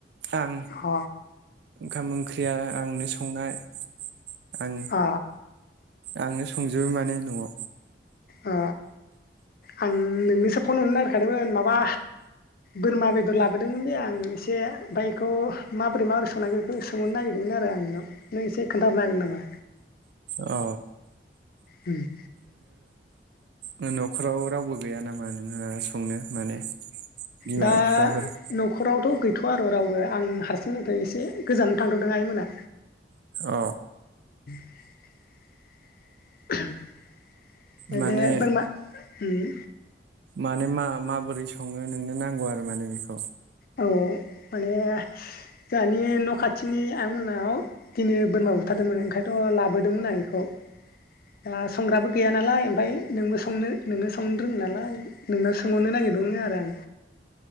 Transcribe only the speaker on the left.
अ
अ
अ आं नोंनोसो फन हरनो नागिरखादोंमोन माबा बोरमा बेदर लाबोदोंमोनलै आं एसे ओमफाय एखौ माबोरै माबोरै संनांगौ बेखौ सोंहरनो नागिरदोंमोन आरो आं नोंनाव नों एसे खोन्थाहरनो हागोन नामा?
उम
दा
न'खरावथ' गैथ'वा आरो रावबो आं हारसिंनिफ्राय एसे गोजान थांथ'दों आइमोना।
<inaudible>
बे बोरमा उम
औ माने जोंहानि न' खाथिनि आयं मोननाव दिनै बोरमा बुथारदोंमोन ओंखायनोथ' लाबोदोंमोन आं बेखौ दा संग्राबो गैया नालाय ओमफ्राय नोंबो संनो नोंनो संनो रोङो नालाय नोंनाव सोंहरनो नागिरदोंमोन आरो आं।